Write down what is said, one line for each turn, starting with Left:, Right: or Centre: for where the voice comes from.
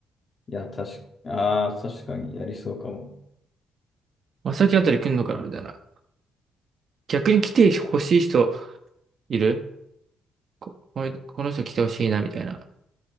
Left: いや、確か、ああ、確かにやりそうかも。
Right: まさきあたり来んのかなみたいな。逆に来てほしい人いるこ、これこの人来てほしいな、みたいな。